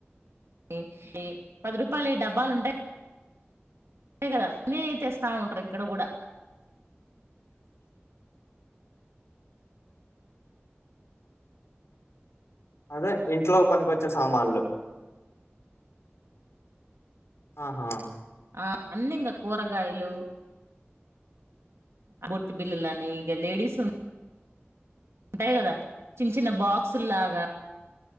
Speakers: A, on the right; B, on the left.
A: ఇ ఇ పది రూపాయలి డబ్బాలుంటాయ్ దె కదా అన్ని తెస్తా ఉంటరు ఇక్కడ కూడా.
B: అదే ఇంట్లో పనికొచ్చే సామాన్లు. ఆహా.
A: ఆ అన్నీ ఇంకా కూరగాయలు. బొట్టు బిల్లు అని ఈగ లేడీస్. ఉంటాయి కదా చిన్న చిన్న బాక్సుల్లాగా